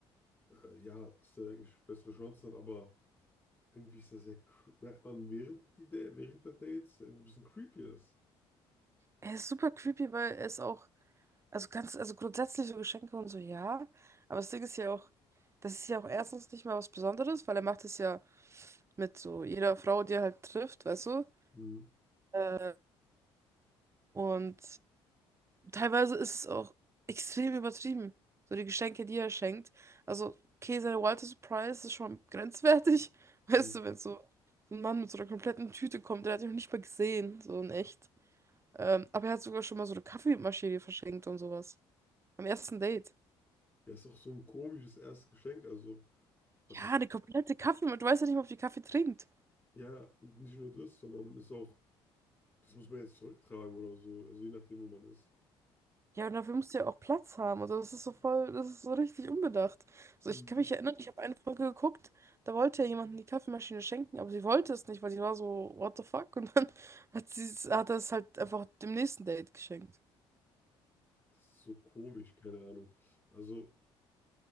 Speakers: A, on the left (about 20°); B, on the right (about 25°).
A: äh, ja, dass der eigentlich bessere Chancen hat, aber irgendwie ist er sehr, cre- merkt man während, die, Da- während der Dates, irgendwie ein bisschen creepy ist.
B: Er ist super creepy, weil er ist auch, also ganz, also grundsätzlich so Geschenke und so, ja. Aber das Ding ist ja auch, das ist ja auch erstens nicht mal was Besonderes, weil er macht es ja mit so jeder Frau, die er halt trifft, weißt du?
A: Mhm.
B: Äh, Und teilweise ist es auch extrem übertrieben. So die Geschenke, die er schenkt. Also, okay, seine Walter Surprise ist schon grenzwertig. <laughs> Weißt
A: Mhm.
B: du, wenn so ein Mann mit so einer kompletten Tüte kommt, der hat ihn noch nicht mal gesehen, so in echt. Ähm, aber er hat sogar schon mal so eine Kaffeemaschine verschenkt und sowas. Am ersten Date.
A: Ja, ist auch so ein komisches erstes Geschenk, also was,
B: Ja, eine komplette Kaffeemaschine. Du weißt ja nicht mal, ob die Kaffee trinkt.
A: ja, und nicht nur das, sondern ist auch Das muss man jetzt zurücktragen oder so, also je nachdem, wo man ist.
B: Ja, und dafür musst du ja auch Platz haben. Also das ist so voll, das ist so richtig unbedacht. Also
A: Mhm.
B: ich kann mich erinnern, ich habe eine Folge geguckt, da wollte ja jemand die Kaffeemaschine schenken, aber sie wollte es nicht, weil sie war so, what the fuck? Und dann <laughs> hat sie es- hat er es halt einfach dem nächsten Date geschenkt.
A: Das ist so komisch, keine Ahnung. Also,